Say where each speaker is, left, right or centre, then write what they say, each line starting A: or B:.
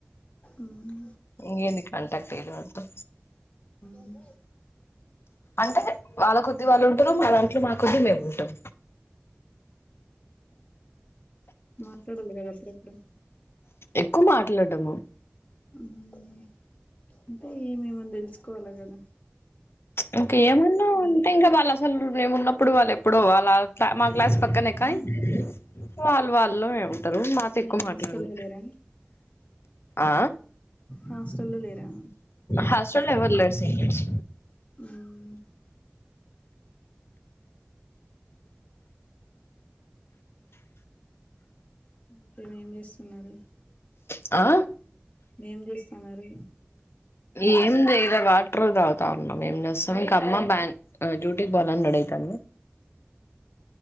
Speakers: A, on the left; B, on the left.
A: ఉమ్
B: ఇంగెంది కాంటాక్ట్ ఇయ్యాలే వాళ్లతో
A: ఉమ్
B: అంటే వాళ్ళ కోద్ది వాళ్ళు ఉంటరు, మా దాంట్లో మా కొద్ది మేము ఉంటాం
A: మాట్లాడు గదా అప్పుడప్పుడు
B: ఎక్కువ మాట్లాడ్డము
A: ఉమ్ అంటే ఏమేమని తెలుసుకోవాలా గదా
B: ఇంక ఏమన్నా ఉంటే
A: ఇది
B: ఇంకా వాళ్ళ అసలు మేము ఉన్నప్పుడు వాళ్లు ఎప్పుడో అలాంత మా క్లాస్ పక్కనే కానీ వాళ్ళు వాళ్ళు ఏమంటరు మాతో ఎక్కువ
A: మీ హాస్టల్లో
B: మాట్లాడరు
A: లేరా
B: ఆ
A: హాస్టల్లో లేరా
B: హస్టల్లో ఎవరు లేరు సీనియర్స్
A: ఉమ్ ఇంక ఏం చేస్తున్నరు?
B: ఆ
A: ఏం చేస్తనరు
B: ఏం చేయేలే వాటర్ తాగుతా ఉన్నం, ఏం చేస్తం ఇంక అమ్మ బాన్ ఆ డ్యూటీ కి బోనన్నడు ఏకంగా